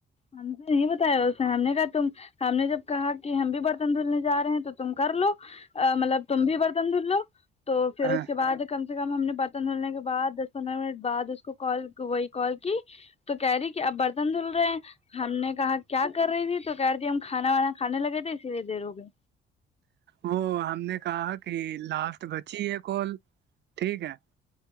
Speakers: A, on the left (about 30°); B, on the right (about 60°).
A: مھ نہیں بتایا اس نے ہم نے کہا تم ہم نے جب کہا کہ ہم بھی برتن دھلنے جا رہے ہیں تو تم کر لو مطلب تم بھی برتن دھل لو تو پھر
B: ہ
A: اس کے بعد کم سے کم ہم نے برتن دھولنے کے بعد دس پندرہ منٹ بعد اس کو کال وہی کال کی تو کہہ رہی کہ اب برتن دھل رہے ہیں ہم نے کہا کیا کر رہی تھی تو کہہ رہیھی ہم کھانا وانا کھے لگے تھے اسی لیے دیر ہو گئے
B: وہ ہم نے کہا کہ لاسٹ بچی ہے کال ٹھیک ہے